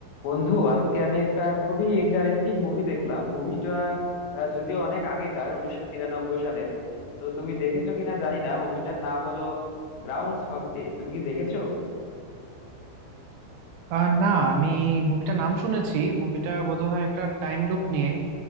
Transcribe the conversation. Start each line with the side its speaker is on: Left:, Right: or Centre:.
Left: বন্ধু আজকে আমি একটা খুবই ইন্টারেস্টিং মুভি দেখলাম মুভিটা যদিও অনেক আগেকার উনিশশো তিরানব্বই সালের তো তুমি দেখেছো কিনা জানি না মুভিটার নাম হলো গ্রাউন্ডস হক ডে তুমি কি দেখেছো
Right: আহ না আমি মুভিটা নাম শুনেছি মুভিটা বোধহয় একটা টাইম লুপ নিয়ে